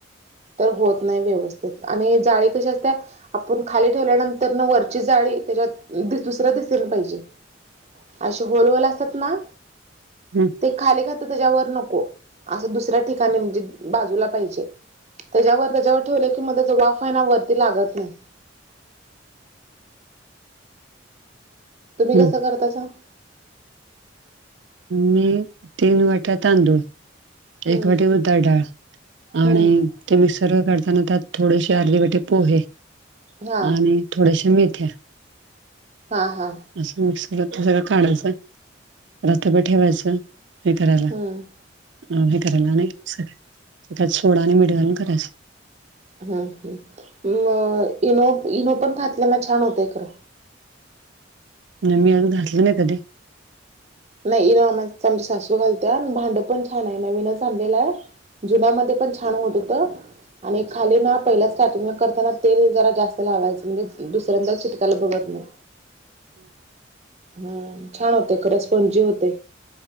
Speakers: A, on the right; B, on the right.
A: तर होत नाही व्यवस्थित आणि ही जाळी कशी असत्या आपण खाली ठेवल्यानंतर न वरची जाळी त्याच्यात दुसर दिसेल पाहिजे अशी होल वाली असत्यात ना
B: हम्
A: ते खाली काय तर त्याच्यावर नको अस दु सऱ्या ठिकाणी म्हंजे बाजूला पाहिजे त्याज्यावर त्याज्यावर ठेवल की म त्याची वाफ हायना वरती लागत नाही तुम्ही
B: हम्म.
A: कसं करतासा
B: मी तीन वाट्या तांदूळ
A: हम्म
B: एक वाटी उडदा डाळ आणि
A: हम्म
B: ते मिक्सर वर काढताना त्यात थोडेशी आरधी वाटी पोहे
A: हा
B: आणि थोड्याश्या मेथ्या
A: हा हा
B: असं मिक्सर वर काढायचं रातभर ठेवायचं हे करायला
A: हम
B: अ हे करायला आणि त्यात सोडा आणि मीठ घालून करायच
A: हो हो म इनो इनो पण घातल्याना छान होतंय खरं
B: नाई मी अजुन घातलं नाही कधी
A: नाही <unintelligible> आमची सासू घालत्या भांडं पण छान आहे नवीनच आणलेलं आहे जुनामध्ये पण छान होत होत आणि खाली ना पहिल्या स्टार्टिंग म करताना तेल जरा जास्त लावायचं म्हणजे दुसऱ्यांदा चिटकायला बघत नाही हम् छान होते खरंच स्पंजी होतय